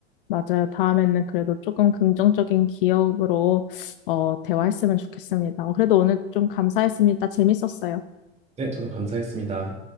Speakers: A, on the left (about 50°); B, on the right (about 20°).
A: 맞아요. 다음에는 그래도 조금 긍정적인 기억으로 어, 대화했으면 좋겠습니다. 어, 그래도 오늘 좀 감사했습니다. 재밌었어요.
B: 네, 저도 감사했습니다.